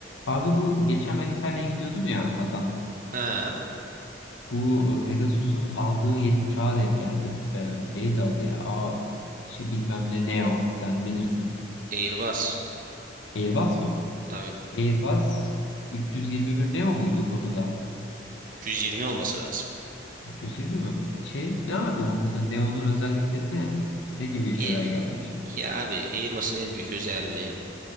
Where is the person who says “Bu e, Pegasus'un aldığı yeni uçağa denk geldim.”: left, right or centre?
Left